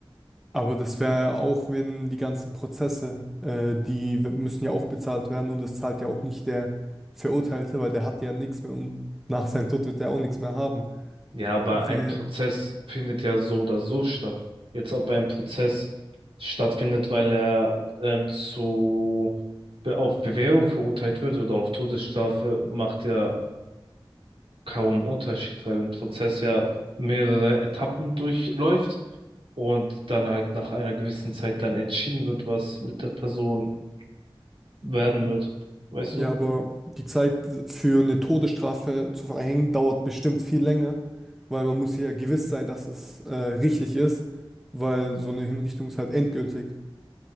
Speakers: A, in the centre; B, on the right.
A: Aber das wäre auch, wenn die ganzen Prozesse, äh, die w- müssen ja auch bezahlt werden und das zahlt ja auch nicht der Verurteilte, weil der hat ja nichts mehr und nach seinem Tod wird er auch nichts mehr haben.
B: Ja, aber
A: Wer,
B: ein Prozess findet ja so oder so statt. Jetzt, ob ein Prozess stattfindet, weil er ähm, zu be- auf Bewährung verurteilt wird oder auf Todesstrafe, macht ja kaum Unterschied, weil ein Prozess ja mehrere Etappen durchläuft und dann halt nach einer gewissen Zeit dann entschieden wird, was mit der Person werden wird. Weißt
A: Ja,
B: du?
A: aber die Zeit für eine Todesstrafe zu verhängen dauert bestimmt viel länger, weil man muss sich ja gewiss sein, dass es äh, richtig ist, weil so eine Hinrichtung ist halt endgültig.